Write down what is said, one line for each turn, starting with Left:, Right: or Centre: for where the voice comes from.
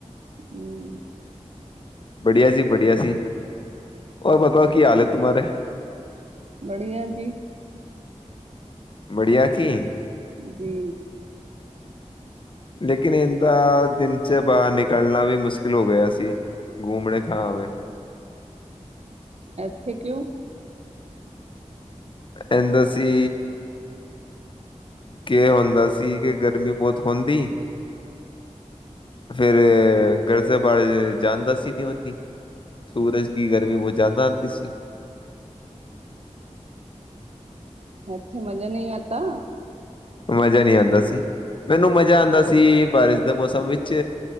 Right: ਹਮ।
Left: ਬੜੀਆ ਜੀ ਬੜਿਆ ਸੀ। ਹੋਰ ਬਤਾਓ ਕੀ ਹਾਲ ਐ ਤੁੁਮਾਰੇ?
Right: ਬੜੀਆ ਜੀ।
Left: ਬੜੀਆ ਕੀ
Right: ਜੀ।
Left: ਲੇਕਿਨ ਇੰਦਾ ਦਿਨ 'ਚ ਬਾਰ ਨਿਕਲਨਾ ਵੀ ਮੁਸਕਿਲ ਹੋ ਗਿਆ ਸੀ। ਗੁੰਮੜੇ ਖਾਵੇ।
Right: ਅਥੇ ਕਿਉਂ?
Left: ਐੰਦਾ ਸੀ। ਕੇ ਹੁੰਦਾ ਸੀ ਕਿ ਗਰਮੀ ਬੋਤ ਹੁੰਦੀ। ਫੇਰ ਘਰ ਸੇ ਬਾਰ ਜਾਂਦਾ ਸੀ ਨੀ ਓਨੀ। ਸੂਰਜ ਕੀ ਗਰਮੀ ਬੋਤ ਜਾਦਾ ਆਂਦੀ ਸੀ।
Right: ਐਥੇ ਮਜਾ ਨਈ ਆਤਾ।
Left: ਮਜ਼ਾ ਨਈ ਆਂਦਾ ਸੀ। ਮੈਨੂੰ ਮਜ਼ਾ ਆਂਦਾ ਸੀ ਬਾਰਿਸ਼ ਦੇ ਮੌਸਮ ਵਿੱਚ।